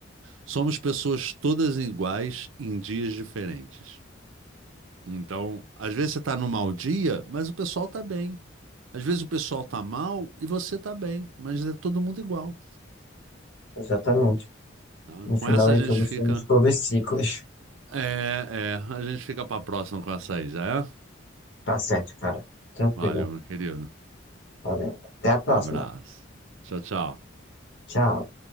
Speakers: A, on the right; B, on the left.
A: somos pessoas todas iguais em dias diferentes. Então, às vezes você está num mau dia, mas o pessoal está bem. Às vezes o pessoal está mal e você está bem, mas é todo mundo igual.
B: exatamente.
A: tá?
B: No
A: Com
B: final
A: essa
B: de
A: a gente
B: tudo,
A: fica.
B: somos todos ciclos.
A: É, é, a gente fica pra próxima com essa aí, já é?
B: Tá certo, cara. Tranquilo.
A: Valeu, meu querido.
B: Valeu. Até a próxima.
A: Um abraço. Tchau, tchau.
B: Tchau.